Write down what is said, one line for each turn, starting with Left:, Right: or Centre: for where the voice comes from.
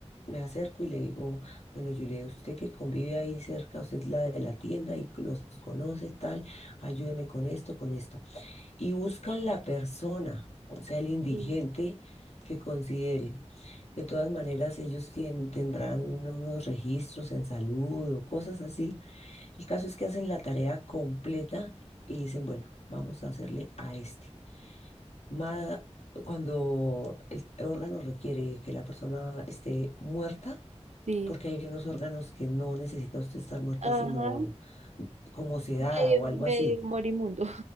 Left: me acerco y le digo, bueno, Julia, usted que convive ahí cerca, usted es la de la tienda y los conoce tal, ayúdeme con esto, con esto. Y buscan la persona, o sea, el indigente
Right: Sí.
Left: que consideren. De todas maneras, ellos tienen, tendrán unos registros en salud o cosas así el caso es que hacen la tarea completa y dicen, bueno, vamos a hacerle a este. Ma- cuando el órgano requiere que la persona esté muerta,
Right: Sí.
Left: porque hay unos órganos que no necesita usted estar muerta,
Right: Ajá.
Left: sino como sedada
Right: Medio,
Left: o algo así.
Right: medio morimundo.